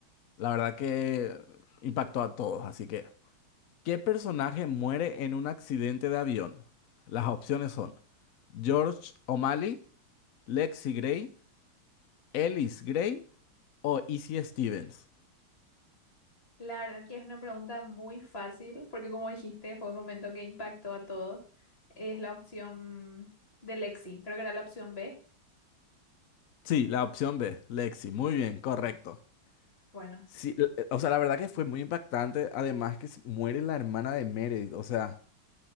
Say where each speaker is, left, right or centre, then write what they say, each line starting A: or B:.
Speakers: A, on the left; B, on the left.
A: La verdad que impactó a todos, así que, ¿qué personaje muere en un accidente de avión? Las opciones son George O'Malley, Lexi Gray, Ellis Gray o Izzy Stevens.
B: La verdad que es una pregunta muy fácil, porque como dijiste, fue un momento que impactó a todos. Es la opción de Lexi, creo que era la opción B.
A: Sí, la opción B, Lexi. Muy bien, correcto.
B: Bueno,
A: Sí, l- eh, o sea, la verdad que fue muy impactante. Además que se- muere la hermana de Meredith, o sea,